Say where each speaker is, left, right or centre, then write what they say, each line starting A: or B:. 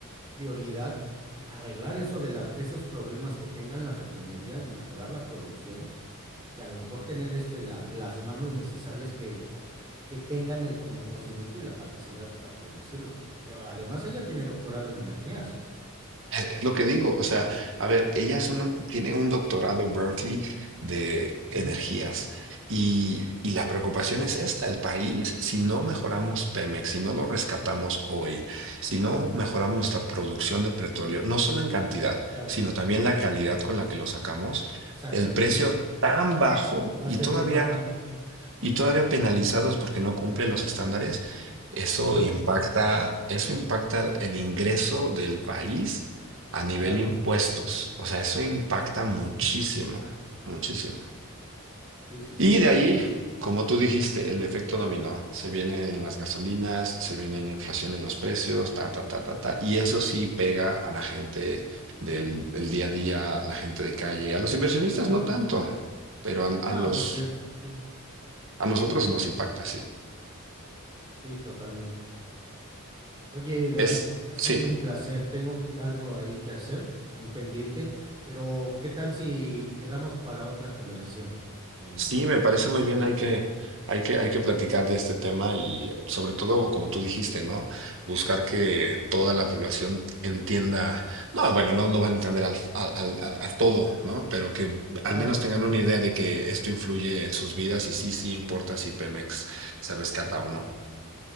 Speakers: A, on the right; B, on the right.
A: prioridad, arreglar eso de las, esos problemas que tengan las refinerías, mejorar la producción y a lo mejor tener este la, las manos necesarias que, que tengan el conocimiento y la capacidad para producirlo. Yo, además, ella tiene doctorado en energías.
B: Es es lo que digo, o sea, a ver, ella es una- tiene un doctorado en Berkeley de
A: Ujú.
B: energías y, y la preocupación es esta, el país, si no mejoramos Pemex, si no lo rescatamos hoy, si no mejoramos nuestra producción de petróleo, no solo en cantidad,
A: Claro,
B: sino también la calidad con la que lo sacamos,
A: exactamente.
B: el precio tan bajo
A: Va
B: y
A: a seguir
B: todavía
A: bajando.
B: y todavía penalizados porque no cumple los estándares, eso
A: No, hombre,
B: impacta, eso impacta el ingreso del país a nivel
A: claro.
B: impuestos. O sea, eso impacta
A: ujú,
B: muchísimo, muchísimo.
A: Sí, sí, sí,
B: Y
A: totalmente
B: de ahí,
A: de acuerdo.
B: como tú dijiste, el efecto dominó. Se vienen las gasolinas, se viene la inflación en los precios, ta, ta, ta, ta,
A: Ujú,
B: ta. Y eso sí pega a la gente del, del día a día, a la gente de calle, a los inversionistas
A: Claro.
B: no tanto, pero a,
A: No,
B: a los,
A: porque es- sí,
B: a nosotros nos impacta, sí.
A: sí, totalmente. Oye, David,
B: Es,
A: ha sido
B: sí,
A: un placer. Tengo que, algo ahí que hacer, un pendiente, pero ¿qué tal si quedamos para otra conversación? Eh,
B: sí, me parece
A: me gustó
B: muy bien.
A: mucho.
B: Hay que, hay que, hay que platicar de este tema y sobre todo, como tú dijiste, ¿no? Buscar que toda la población entienda. No, bueno, no, lo van a entender al, al- al- al- a todo,
A: Ujú.
B: ¿no? Pero que al
A: Claro,
B: menos tengan una idea de que esto influye en sus vidas y sí, sí importa si Pemex se rescata
A: claro.
B: o no.